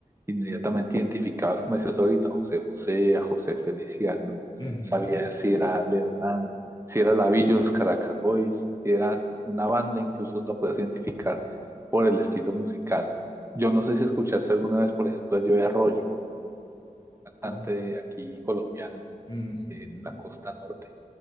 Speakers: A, on the right; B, on the left.
A: inmediatamente identificadas, como decías ahorita, a José José, a José Feliciano,
B: ujú,
A: sabía si era Leodán, si era Lavillos, Caracas Boys, si era una banda, incluso la podías identificar por el estilo musical. Yo no sé si escuchaste alguna vez, por ejemplo, a Joe Arroyo, cantante
B: ¿no?
A: de aquí colombiano,
B: ujú,
A: de la costa norte,